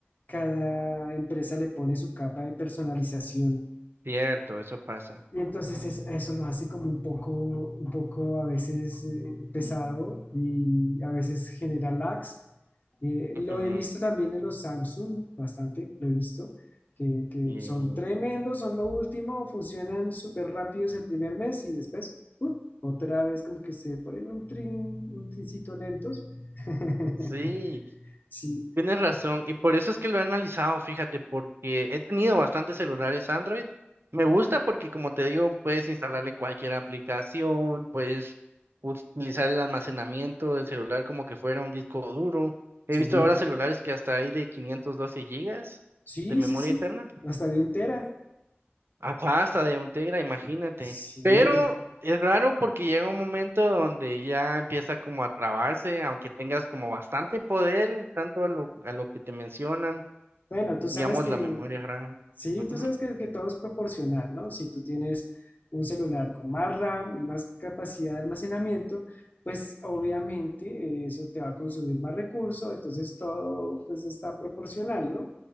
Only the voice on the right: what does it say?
Cierto, eso pasa.
Ujú,
Y
sí.
Tienes razón, y por eso es que lo he analizado, fíjate, porque he tenido bastantes celulares Android. Me gusta porque, como te digo, puedes instalarle cualquier aplicación, puedes utilizar el almacenamiento del celular como que fuera un disco duro. He
visto ahora celulares que hasta hay de 512 gigas
de memoria
interna,
hasta hasta de un Tegra, imagínate.
Pero es raro porque llega un momento donde ya empieza como a trabarse, aunque tengas como bastante poder, en tanto a lo, a lo que te mencionan
digamos,
la memoria RAM.
Ujú,
ujú,